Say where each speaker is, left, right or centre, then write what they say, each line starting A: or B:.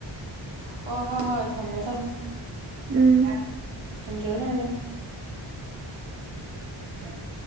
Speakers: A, on the right; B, on the right.
A: ꯍꯣꯏ ꯍꯣꯏ ꯍꯣꯏ ꯊꯝꯃꯣ ꯊꯝꯃꯣ
B: <unintelligible> ꯎꯝ
A: ꯊꯝꯖꯔꯦ ꯊꯝꯖꯔꯦ
B: <unintelligible>